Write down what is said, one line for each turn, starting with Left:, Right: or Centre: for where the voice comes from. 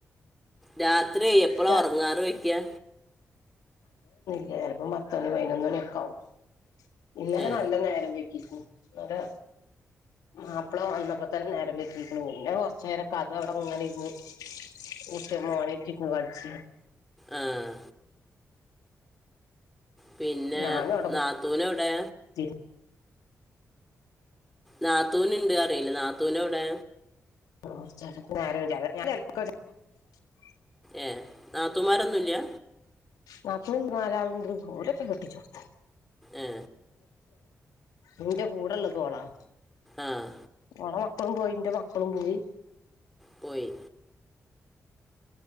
Centre: രാത്രിയ എപ്പളാ
Left: രാത്രി
Centre: ഉറങ്ങാറ് വയ്ക്കാ
Left: ചിലപ്പം പത്ത മണി പതിനൊന്ന് മണിയൊക്കെ ആകും ഇന്നലെ
Centre: ഏ
Left: നല്ല നേരം വക്കി അ മാപ്പിള വന്നപ്പോ തന്നെ നേരം വെറ്റിരിക്കണ പിന്നെ കൊറച്ച നേരൊക്കെ അത് അവിടെ ഇങ്ങനെ ഇരുന്നു ഉട്ട മന കട്ടണ പടച്ച
Centre: ആഹ പിന്നെ
Left: ഞാനും അവിടെ
Centre: നാത്തൂന എവിടെ
Left: കുത്തിരുന്ന്
Centre: നാത്തൂന്ണ്ട് അറിയില്ല നാത്തൂന് എവിടെ
Left: <unintelligible>
Centre: ഏ നാത്തുമാരൊന്നുല്ലേ
Left: നാത്തൂന് നാലാളുണ്ട് ഓലൊക്കെ കെട്ടിച്ചോട്ത്ത
Centre: ഏ
Left: ഇന്റെ കൂടെ ഉള്ളത് ഓളാണ്.
Centre: ആഹ്
Left: ഓളെ മക്കളും പോയി ന്റെ മക്കളും പോയി
Centre: പോയി